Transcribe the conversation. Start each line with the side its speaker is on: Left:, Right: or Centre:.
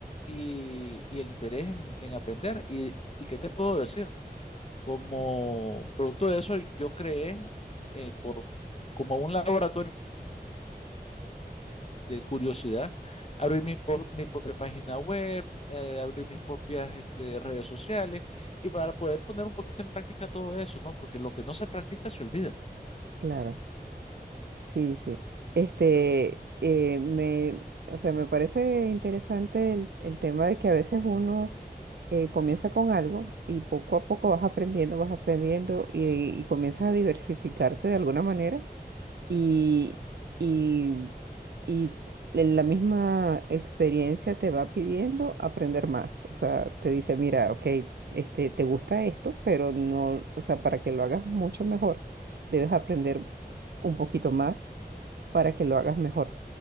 Left: y, y el interés en, en aprender. Y, ¿Y qué te puedo decir? Como producto de eso, yo creé eh, por, como un laboratorio de curiosidad, abrir mi, po- mi propia página web, eh, abrir mis propias este, redes sociales y para poder poner un poquito en práctica todo eso, ¿no? Porque lo que no se practica se olvida.
Right: claro. Sí, sí. Este, eh, me, o sea, me parece interesante el, el tema de que a veces uno eh, comienza con algo y poco a poco vas aprendiendo, vas aprendiendo y, y comienzas a diversificarte de alguna manera y, y, y la misma experiencia te va pidiendo aprender más. O sea, te dice, mira, ok, este, te gusta esto, pero no, o sea, para que lo hagas mucho mejor, debes aprender un poquito más para que lo hagas mejor.